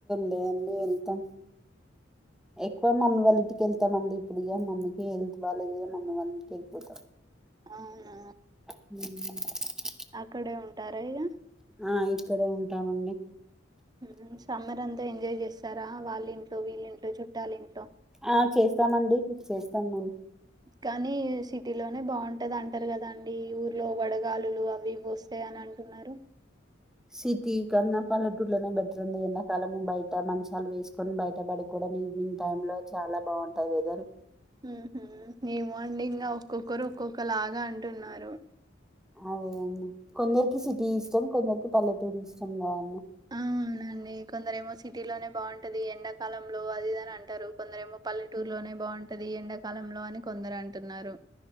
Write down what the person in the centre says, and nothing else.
లే అండి వెళ్తాం ఎక్కువ మమ్మి వాళ్లు ఇంటికెళ్తామండి ఇప్పుడు ఇగా మమ్మీకి హెల్త్ బాలేదుగా మమ్మీ వాళ్ళ ఇంటికి వెళ్ళిపోతాం
<inaudible>
ఆ ఇక్కడే ఉంటామండి
ఆ చేస్తామండి చేస్తాం మ
సిటీ కన్నా పల్లెటూట్లనే బెటర్ అండీ. ఎండాకాలము బయట మంచాలు వేసుకొని బయట పడుకోవడం ఈవినింగ్ టైం లో చాలా బాగుంటది వెదర్
అదే అండి కొందరికి సిటీ ఇష్టం కొందరికి పల్లెటూరు ఇష్టం కదండి